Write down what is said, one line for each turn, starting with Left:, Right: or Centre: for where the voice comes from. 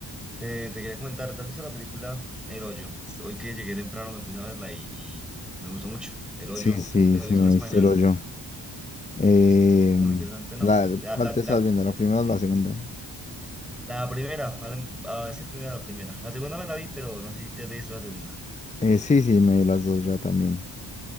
Centre: te, te quería comentar, ¿te has visto la película El Hoyo? Hoy que llegué temprano me puse a verla y, y me gustó mucho. El Hoyo,
Left: Sí, sí,
Centre: no sé si te la
Left: sí,
Centre: has visto
Left: me
Centre: en española.
Left: diste el hoyo. Eh,
Centre: Es muy interesante, ¿no?
Left: la,
Centre: La,
Left: ¿cuál
Centre: la,
Left: te estás
Centre: la,
Left: viendo? ¿La primera o la segunda?
Centre: la primera, a, la- a decir primera, la primera. La segunda me la vi, pero no sé si te dice la segunda.
Left: Eh, sí, sí, me vi las dos ya también.